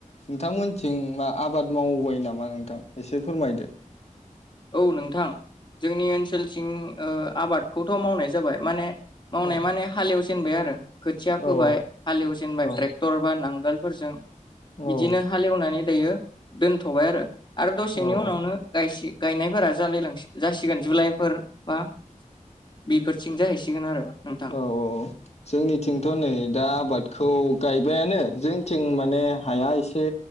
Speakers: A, on the left; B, on the left.
A: नोंथांमोन थिं मा आबाद मावबाय नामा नोंथां एसे फोरमायदो
B: औ नोंथां जोंनि ओनसोलथिं ओ आबादखौथ' मावनाय जाबाय माने मावनाय
A: औ
B: माने हालेव जेनबाय आरो खोथिया फोबाय
A: औ
B: हालेवजेनबाय
A: औ
B: ट्रेक्टर बा नांगोल फोरजों
A: औ
B: बिदिनो हालेवनानै जायो दोनथ'बाय आरो आरो दसेनि
A: औ
B: उनावनो
A: औ
B: गायसे गायनायफोरा जालाय लांसि जासिगोन जुलाइफोर बा बेफोरथिं जाहैसिगोन आरो नोंथां
A: औ औ जोंनिथिंथ' नै दा आबादखौ गायबायानो जोंथिं माने हाया एसे